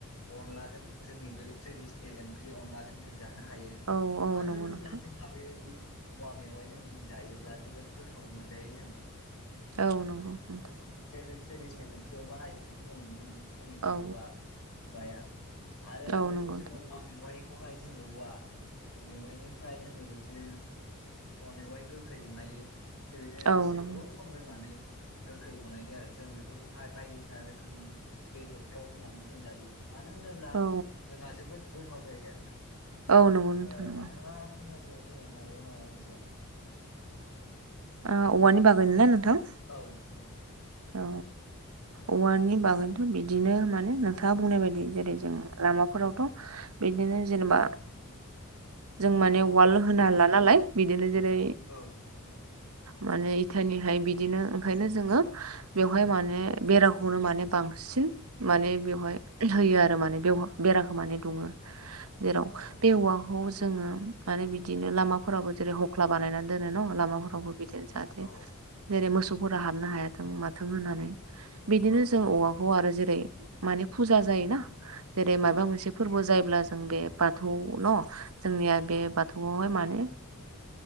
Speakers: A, on the left; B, on the right.
A: अनलाजों जोंनि बे ट्रेडिसनेल ओंख्रि अनलाजों जों जानो हायो।
B: औ औ
A: मानो
B: नंगौ
A: होनोब्ला
B: नोंथां
A: जोंहा बेबायदि औवा मेवाइजों जों जायो ब्ला जोबोद गोथाव मोनजायो जों
B: औ नंगौ नोंथां
A: जोंनि मोनसे बे ट्रेडिसनेल ओंख्रियाव बाहायजानायखौ जों नुनो मोनदों जोंनि बे
B: औ
A: औवा मेवाया आरो
B: औ
A: बेखौ
B: नंगौ
A: जोङो
B: नोंथां
A: औवा मेवाय खौहाय जोङो औवा ओ मेवाइनिफ्राय जोङो बिदिनो औवा मेवाइ गो खै बनायो बेबायदिनो
B: औ
A: दसे
B: नंगौ
A: गोबाव सम दोननानै गोखै बनायो आरो जों बेफोरखौहाय बायदिसिना रोखोमनि बेदरफ्राव होनानै जों जायो। मानो होनोब्ला
B: औ
A: जोंहा जोबोद गोथाव जायो आरोना ओ
B: औ नंगौ नोंथां नंगौ
A: नोंथाङा फंनैसो <unintelligible> हाबावगोन नामा <unintelligible> सायाव
B: ओ औवानि बागैनो ना नोंथां
A: औ नोंथां
B: औ औवानि बागैथ' बिदिनो माने नोंथाङा बुंनाय बायदि जेरै जोङो लामाफोरावथ' बिदिनो जेनेबा <unintelligible> जों माने वाल होनो हाला नालाय बिदिनो जेरै
A: औ सैथो
B: माने इटानिहाय बिदिनो ओंखायनो जोङो बेवहाय माने बेराखौनो माने बांसिन माने बेवहाय होयो आरो माने बेव बेराखौ माने दुङो जेराव
A: औ
B: बे औवाखौ जोङो आरो बिदिनो लामाफोरावबो जेरै हख्ला बानायनानै दोनो न' लामाफोरावबो बिदिनो जाहाथे
A: औ औ
B: जेरै मोसौफोरा हाबनो हायाथों माथों होननानै बिदिनो
A: औ
B: जों औवा <unintelligible> आरो जेरै माने फुजा जायोना जेरै
A: औ
B: माबा मोनसे फोरबो जायोब्ला जों बे बाथौ न जोंनिया बे
A: औ
B: बाथौआवहाय माने